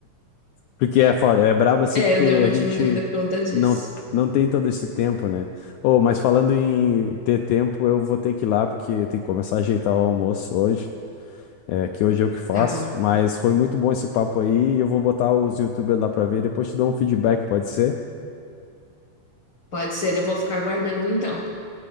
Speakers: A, on the left; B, on the left.
A: Porque é, foda- é brabo, assim,
B: É,
A: porque
B: eu dei uma
A: a gente
B: diminuída por conta disso.
A: não, não tem todo esse tempo, né? Ô, mas falando em ter tempo, eu vou ter que ir lá, porque tem que começar a ajeitar o almoço hoje, é, que hoje eu que faço.
B: Tá bom,
A: Mas foi muito bom esse papo aí, e eu vou botar os YouTubers lá pra ver, depois te dou um feedback, pode ser?
B: pode ser. Eu vou ficar aguardando então,